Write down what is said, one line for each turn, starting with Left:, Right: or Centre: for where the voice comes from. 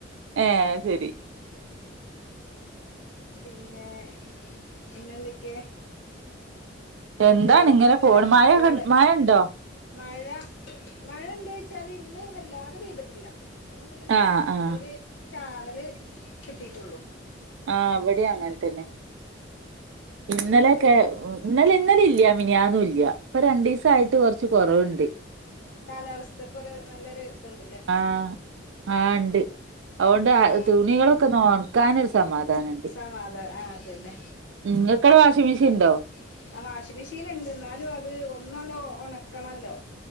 Right: ഏഹ് ശരി
Left: ഉം.. ഉം പിന്നെ പിന്നെന്തൊക്കെ? എന്നിട്ട്
Right: എന്താണ്
Left: ഇതില് ഇങ്ങനെ
Right: പോണ് മഴ
Left: കോള്
Right: മഴ ഇണ്ടോ
Left: മഴ മഴ ഉണ്ടോയ്ച്ചാല് ഇന്ന് വല്ലാതെ പെയ്തിട്ടില്ല ഇന്നൊന്ന് ഇങ്ങനെ
Right: ആഹ് ആഹ്
Left: ഒരു ചാറല് കിട്ടിട്ടുള്ളൂ
Right: ആഹ് ഇവടെയും അങ്ങനെ തന്നെ ഇന്നലെയൊക്കെ
Left: വല്ലാതെ പെയ്തു
Right: ഇന്നലെ ഇന്നലില്ല മിനിയാന്നും ഇല്ല ഇപ്പ രണ്ടിസായിട്ട് കൊറച്ച് കൊറവുണ്ട്
Left: കാലാവസ്ഥക്ക് ഒരു നല്ലൊരു ഇത്ണ്ട്
Right: ആഹ് ആഹ് ഇണ്ട് അതുകൊണ്ട്
Left: ആഹ്
Right: തുണികളൊക്കെ ഒണ ക്കാനൊരു സമാധാനോണ്ട്
Left: സമാധാനം ആഹ് അതന്നെ
Right: ഉം നിങ്ങക്കവടെ വാഷിംഗ്‌
Left: മറ്റേ
Right: മിഷീണ്ടോ
Left: ആഹ് വാഷിംഗ് മിഷീനുണ്ട് എന്നാലും അത് ഒന്നാണ്ട് ഒണക്കണല്ലോ